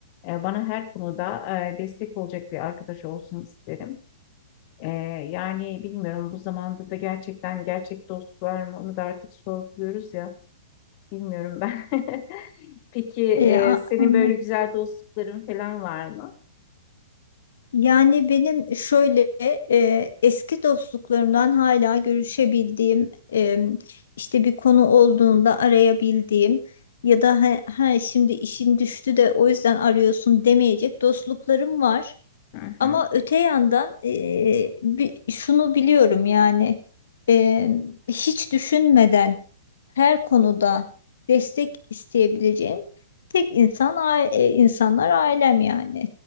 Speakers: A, on the left; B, on the left.
A: e, bana her konuda e, destek olacak bir arkadaş olsun isterim. Ee, yani bilmiyorum bu zamanda da gerçekten gerçek dost var mı onu da artık sorguluyoruz ya bilmiyorum ben. <laughs> Peki e,
B: E, a-
A: senin
B: aynen.
A: böyle güzel dostlukların falan var mı?
B: Yani benim şöyle e, eski dostluklarımdan hala görüşebildiğim e, işte bir konu olduğunda arayabildiğim ya da ha, ha şimdi işin düştü de o yüzden arıyorsun demeyecek dostluklarım var.
A: Hı hı.
B: Ama öte yandan eee, bi- şunu biliyorum yani eee, hiç düşünmeden her konuda destek isteyebileceğim tek insan a e, insanlar ailem yani.